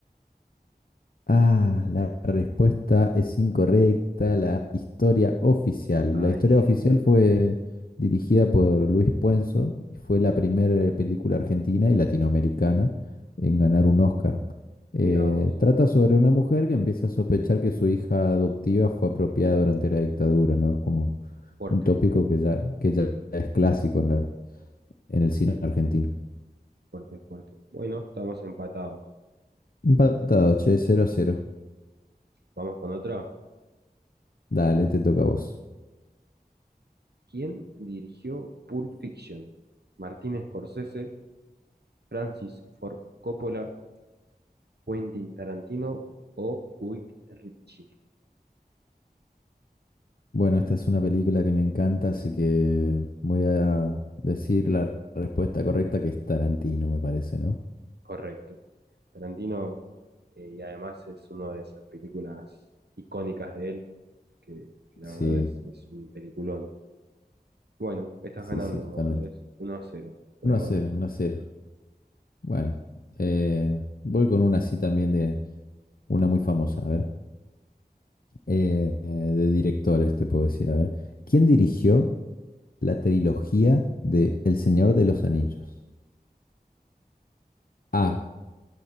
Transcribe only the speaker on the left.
Ah, la respuesta es incorrecta. La historia oficial.
La historia
oficial fue dirigida por Luis Puenzo y fue la primera eh, película argentina y latinoamericana en ganar un Oscar. Eh,
trata sobre una mujer que empieza a sospechar que su hija adoptiva fue apropiada durante la dictadura, ¿no? Es como
un tópico que ya, que ya es clásico en la, en el cine argentino.
Empatado, che, cero a cero.
Dale, te toca a vos.
Bueno, esta es una película que me encanta, así que voy a decir la respuesta correcta, que es Tarantino, me parece, ¿no?
Sí,
sí,
sí, totalmente.
1
a 0, 1 a 0. Bueno, eh, voy con una así también de una muy famosa, a ver. Eh, eh, de directores, te puedo decir, a ver. ¿Quién dirigió la trilogía de El Señor de los Anillos?
A.